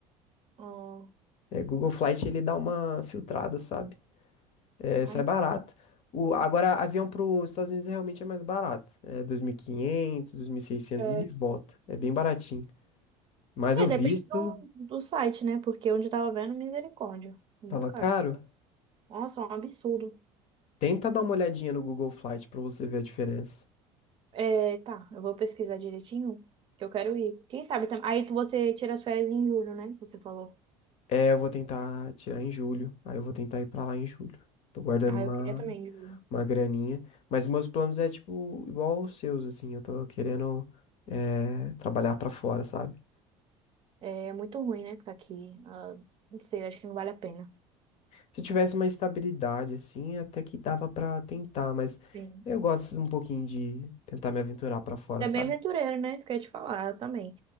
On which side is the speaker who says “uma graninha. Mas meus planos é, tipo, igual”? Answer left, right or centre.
Left